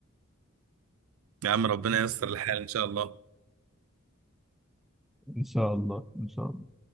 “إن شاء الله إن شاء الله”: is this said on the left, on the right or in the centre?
Centre